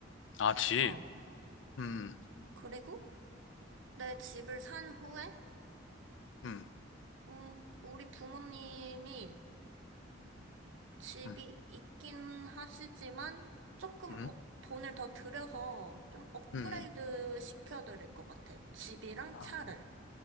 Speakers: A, on the left; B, on the right.
A: 아, 집.
B: 어.
A: 음,
B: 그리고 내 집을 산 후에,
A: 음,
B: 음, 우리 부모님이 집이
A: 음,
B: 있긴 하시지만 조금
A: 음, 음.
B: 업- 돈을 더 들여서 좀 업그레이드
A: 음.
B: 시켜드릴 것 같아. 집이랑
A: 아,
B: 차를.